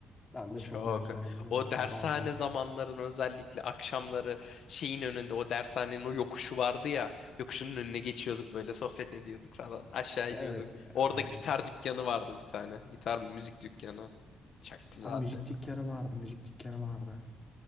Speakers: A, on the left (about 25°); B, on the left (about 65°).
A: ben de
B: Çok.
A: çok özlüyorum biliyor
B: O
A: musun
B: dershane
A: bazen
B: zamanların özellikle akşamları şeyin önünde o dershanenin o yokuşu vardı ya. Yokuşun önüne geçiyorduk böyle sohbet ediyorduk falan. Aşağı
A: evet
B: iniyorduk. Orada
A: yani
B: gitar dükkanı vardı bir tane. Gitar mı müzik dükkanı. Çok güzeldi.
A: Abi müzik dükkanı vardı, müzik dükkanı vardı.